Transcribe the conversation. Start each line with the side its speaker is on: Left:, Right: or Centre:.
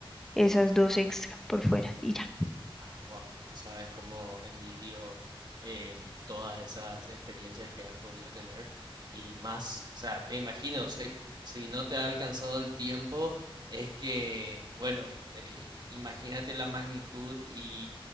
Centre: esas dos extra por fuera y ya.
Right: Ah, wow, no sabes cómo envidio em, todas esas experiencias que has podido tener y más, o sea, me imagino, eh, si no te ha alcanzado el tiempo, es que, bueno, eh, imagínate la magnitud y